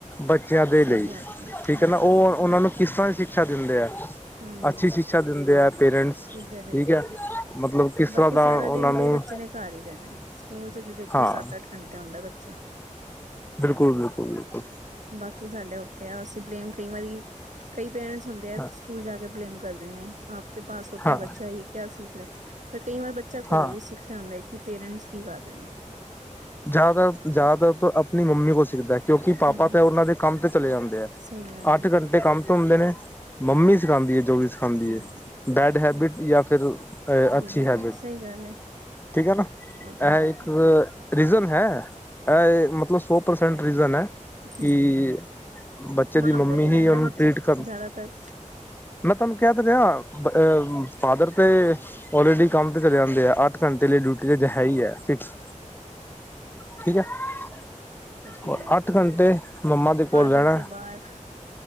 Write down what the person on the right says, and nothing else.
ਸਹੀ ਗੱਲ ਹੈ
ਹਾਂ
ਹਮ
ਕਿੱਦਾਂ
ਦਿੰਦੇ
ਆ
ਬਾਕੀ
ਸਾਰਾ
ਦਿਨ
ਤੇ ਬੱਚੇ ਨੇ ਘਰ ਹੀ ਰਹਿਣਾ ਸਕੂਲ ਚ ਤੇ ਦੇਖੋ
ਸੱਤ ਅੱਠ ਘੰਟੇ ਆਉਦਾ ਬੱਚਾ।
ਬਾਕੀ ਸਾਡੇ ਉੱਤੇ ਆ ਅਸੀ ਬਲੇਮ ਕਈ ਵਾਰੀ ਕਈ ਪੇਰੈਂਟਸ ਹੁੰਦੇ
ਸਕੂਲ ਜਾ ਕੇ ਬਲੇਮ ਕਰ ਦੇਣੇ। ਆਪ ਕੇ ਪਾਸ ਹੋਤਾ
ਏ ਬੱਚਾ ਇਹ ਕਿਆ ਸਿੱਖ ਰਿਹਾ। ਫਿਰ ਕਈ ਵਾਰ ਬੱਚਾ ਘਰੋਂ
ਵੀ ਸਿੱਖਣਾ ਆਉੁਦਾ ਏ ਕਿ ਪੇਰੈਂਟਸ ਕੀ ਕਰ ਰਹੇ ਨੇ।
ਹਮ
ਸਹੀ ਗੱਲ ਹੈ
ਹਮ
ਗੁੱਡ
ਸਹੀ ਗੱਲ ਹੈ
ਉਹ ਤੇ ਹੈ
ਹੀ
ਹੈ ਹਮ
ਮਾਂ
ਕੋਲ ਰਹਿੰਦਾ
ਬੱਚਾ
ਜ਼ਿਆਦਾਤਰ
ਉੱਥੇ ਹੈ
ਫਾਦਰ
ਤੇ ਬਾਹਰ